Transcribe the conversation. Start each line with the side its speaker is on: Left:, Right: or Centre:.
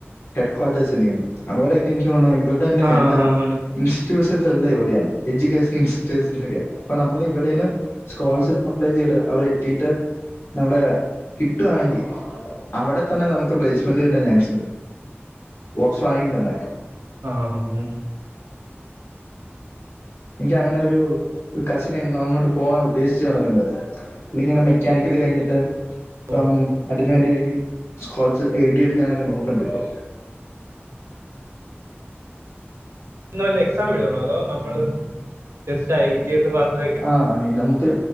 Left: ഹെഡ്ക്വാർട്ടേഴ്സിര്ക്ക്ണ് അവിടെക്കെ എനിക്കോണു ഇവരടെന്നെ
Right: ആ
Left: എല്ലാം
Right: ആ, ആണ്
Left: ഇൻസ്റ്റൂഷൻസെല്ലാ ഇവിടെണ് എഡ്യൂക്കേഷണൽ ഇൻസ്റ്റിറ്റ്യൂഷൻസ് ഒക്കെ അപ്പോ നമ്മൾ ഇവിടേനെ സ്കോളർഷിപ്പ് അപ്ലൈ ചെയ്‌ട് അവടെത്തീട്ട് നമ്മടെ കിട്ടുവാണെങ്കിൽ അവിടെ തന്നെ നമുക്ക് പ്ലേസ്മെന്റ് കിട്ടാൻ ചാൻസ്ണ്ട് വോക്സ് വാഗണിൻ്റെ തന്നെ
Right: ആഹഹൂ
Left: എനിക്ക് അങ്ങനെ ഒരു കസിന് അങ്ങോട്ട് പോവാൻ ഉദ്ദേശിച്ച് നടക്ക്ണ്ട് എനിക്കിങ്ങനെ മെക്കാനിക്കല് കഴിഞ്ഞിട്ട് ഇപ്പം
Right: ഓ
Left: അയ്ന് വേണ്ടി സ്കോളർഷിപ്പ് എഴ്ടി എടുക്കാനൊക്കെ നോക്കുണ്ട് ഇപ്പോ
Right: ഇതിന്‌വല്ല എക്സാം എഴുതണോ അതോ നമ്മള് just I L T S പാസായി കഴി
Left: ആഹ് നമുക്ക്